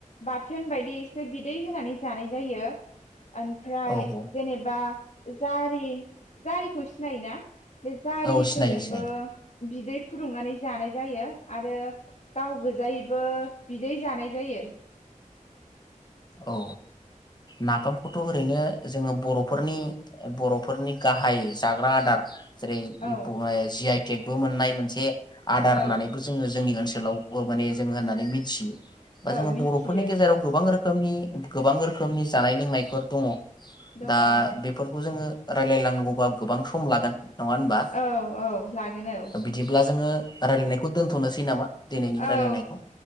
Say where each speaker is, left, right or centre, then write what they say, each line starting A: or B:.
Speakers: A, on the left (about 55°); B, on the left (about 30°).
A: बाथोन बायदि एसे बिदै होनानै जानाय जायो। ओनफ्राय
B: औ औ
A: जेनेबा जारि जारिखौ सिनायोना? बि जारि
B: औ सिनायो
A: फोरजोंबो
B: सिनायो
A: बिदै फुदुंनानै जानाय जायो आरो गाव गोजायैबो बिदै जानाय जायो।
B: औ नााफामखौथ' थ' ओरैनो जोङो बर'फोरनि बरफोरनि गाहाय जाग्रा आदार जेरै
A: औ
B: जि आइ टेग बो मोननाय मोनसे आदार
A: औ
B: होननानैबो जोङो जोंनि ओनसोलावबो माने जों होननानै मिथियो। बा
A: औ
B: जोङो
A: मिथियो
B: बर'फोरनि गेजेराव गोबां रोखोम रोखोमनि गोबां रोखोमनि जानाय लोंनायफोर दङ।
A: दङ
B: दा
A: ओं
B: बेफोरखौ जोङो रायलायनांगौबा गोबां सम लागोन। नङा होनबा
A: औ औ लागोन औ।
B: बिदिब्ला जोङो रायलायनायखौ दोनथ'नोसै नामा? दिनैनि
A: औ
B: रायलायनायखौ